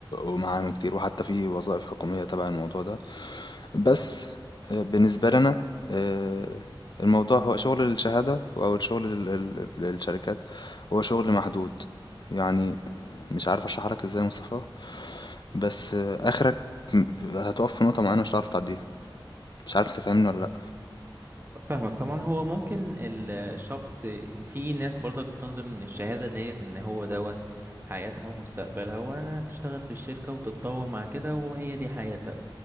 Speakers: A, on the left (about 55°); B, on the right (about 25°).
A: ومعامل كتير وحتى في وظائف حكومية تبع الموضوع ده بس آه، بالنسبة لنا آه، الموضوع هو شغل الشهادة أو الشغل لل- لل- للشركات هو شغل محدود يعني مش عارف أشرح لك إزاي يا مصطفى بس آه، آخرك م- هتقف في نقطة معينة مش هتعرف تعديها مش عارف أنت فاهمني ولا لأ
B: فاهمك طبعا هو ممكن الشخص في ناس برضك بتنظر ان الشهادة ديت ان هو دوت حياتها ومستقبلها وانا تشتغل في الشركة وتتطور مع كده وهي دي حياتها